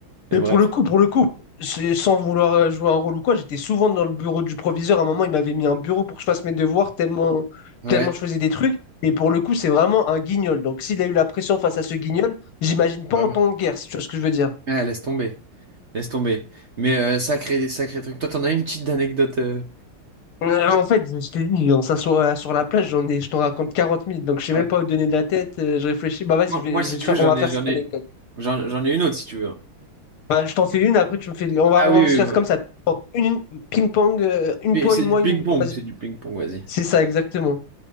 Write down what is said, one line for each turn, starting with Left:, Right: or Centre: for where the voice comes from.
Right: Et
Left: Mais
Right: bref,
Left: pour le coup, pour le coup, c'est- sans vouloir euh, jouer un rôle ou quoi, j'étais souvent dans le bureau du proviseur. À un moment, il m'avait mis un bureau pour que je fasse mes devoirs tellement,
Right: Ouais,
Left: tellement je faisais des trucs. Et pour le coup, c'est vraiment un guignol. Donc, s'il a eu la pression face à ce guignol, j'imagine pas
Right: vraiment.
Left: en temps de guerre, si tu vois ce que je veux dire.
Right: Ah, laisse tomber. laisse tomber. Mais euh, sacré, sacré truc. Toi, t'en as une petite anecdote. euh,
Left: Euh, En fait, je t'ai dit, on s'assoit euh, sur la plage, j'en ai, je t'en raconte quarante mille donc je sais même
Right: Ouais.
Left: pas où te donner de la tête, euh, je réfléchis. Bah, vas-y,
Right: Moi,
Left: je vais,
Right: moi, si
Left: je vais
Right: tu
Left: te faire,
Right: veux, j'en
Left: on va
Right: ai,
Left: faire
Right: j'en
Left: cette
Right: ai,
Left: anecdote.
Right: j'en, j'en ai une autre si tu veux.
Left: Bah, je t'en fais une, après tu me fais. On va,
Right: Ah
Left: on
Right: oui,
Left: va
Right: oui,
Left: se faire
Right: oui.
Left: comme ça. Une, une- ping-pong, euh, une
Right: Mais
Left: toi,
Right: C'est
Left: une
Right: du
Left: moi,
Right: ping-pong,
Left: une. Vas-y.
Right: c'est du ping-pong, vas-y.
Left: C'est ça, exactement.